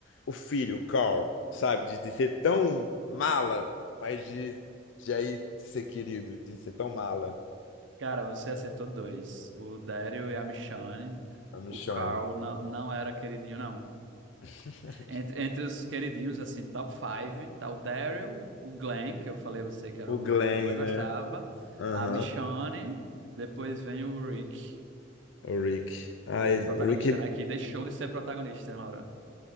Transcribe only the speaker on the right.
Cara, você acertou dois. O Daryl e a Michonne.
O Carl não, não era queridinho, não.
Entre, entre os queridinhos, assim, top five tá o Daryl, o Glenn, que eu falei a você que era
o
que eu mais
gostava,
a Michonne, depois vem o Rick,
o protagonista,
né, que deixou de ser protagonista uma hora.